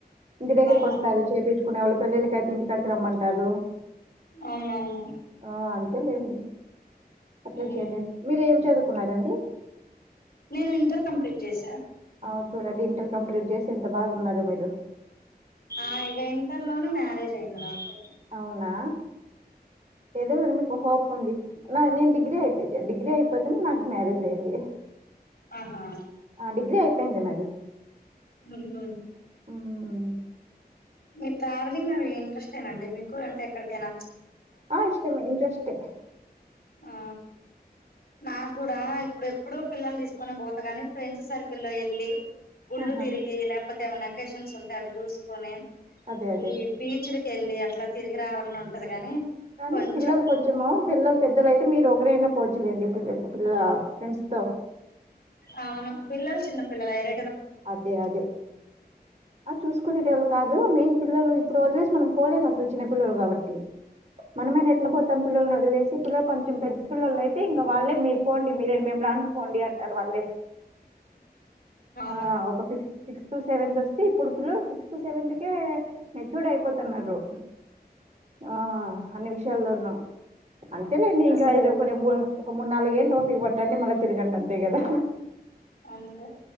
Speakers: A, on the right; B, on the left.
A: ఇంటి దగ్గరకోస్తారు
B: అవును
A: చేపిచ్చుకునే వాళ్ళు ప్ పెళ్ళళ్లకికైతే ఇంటి కాడికి రమ్మంటారు
B: అవునవును
A: ఆ అంతేలేండి అట్లే
B: ఉమ్
A: చేయండి మీరేం చదువుకున్నారండి
B: నేను ఇంటర్ కంప్లీట్ చేసా
A: అవ్ చూడండి ఇంటర్ కంప్లీట్ చేసి ఎంత బాగున్నారో మీరు
B: ఆ ఇక ఇంటర్లోనే మ్యారేజ్ అయింది నాకు
A: అవునా ఏదో లేం మీకు హోప్ ఉంది నా నేను డిగ్రీ అయిపోయి డిగ్రీ అయిపోతే నాకు మ్యారేజ్ అయింది
B: ఆహా
A: ఆ డిగ్రీ అయిపోయింది నాది
B: ఉమ్మ్
A: మ్మ్
B: మీ ట్రావెలింగ్ అవి ఇంట్రెస్ట్ ఏనా అండి మీకు అంటే ఎక్కడికైనా
A: ఆ ఇష్టమే ఇంట్రెస్ట్
B: ఆ నాకు కూడా ఇప్పుడు ఎప్పుడుూ పిల్లల్ని తీసుకొనే పోత కాగాని ఫ్రెండ్స్ సర్కిల్లో వెళ్ళలి గుళ్ళు
A: ఆహా
B: తిరిగి లేకపోతే ఏమైనా అకేషన్స్ ఉంటాయి అవి చూసుకొని
A: అదే అదే
B: ఈ బీచ్ వెళ్లి అట్లా తిరిగి రావాలని ఉంటది గాని
A: కానీ
B: కొంచెం
A: పిల్లలు కొంచెము పిల్లలు పెద్దలయితే అయితే మీరు ఒకరైనా పోవచ్చులేండి పిల్ల ఫ్రెండ్స్ తో
B: అవును పిల్లలు చిన్న పిల్లలు అయిరు
A: అదే అదే ఆ చూసుకునేటవాళు కాదు మెయిన్ పిల్లలు ఇప్పుడు వదిలేసి మనం పోలేం అసలు చిన్న పల్లలు కాబట్టి మనమైన ఎట్లా పోతాం పిల్లని వదిలేసి ఇ కొంచెం పెద్ద పిల్లల అయితే ఇం వాలే మీరు పోండి మేం రామ్ పొడి అంటారు వాళ్ళే
B: అవును
A: ఆ ఒక ఫిఫ్ సిక్స్ టూ సెవెంత వస్తే ఇప్పుడు పిల్లు సిక్స్త్ సెవెంత్ కే మెచ్యూర్ అయిపోతున్నారు ఆ అన్ని విషయాల్లోనూ అంతేలేడీ ఇంకా
B: అసలు
A: ఇది ఒక రె ఒక మూడు నాలుగు ఏండ్లు ఓపిక పట్టండి మళ్ళీ తిరగండి అంతే కదా
B: అంతే